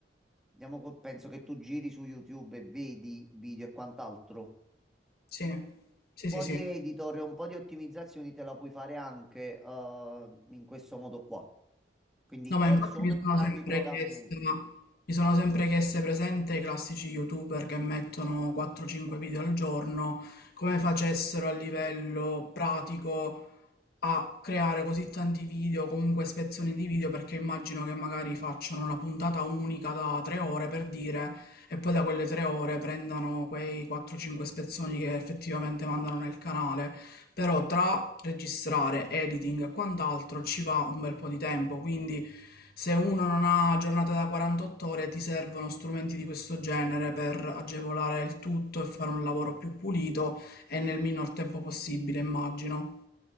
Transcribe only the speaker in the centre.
diciamo, co- penso che tu giri su YouTube e vedi video e quant'altro.
Un po'
di editor e un po' di ottimizzazioni te la puoi fare anche eh, in questo modo qua. Quindi
eh,
sono
entrambi
programmi
utili.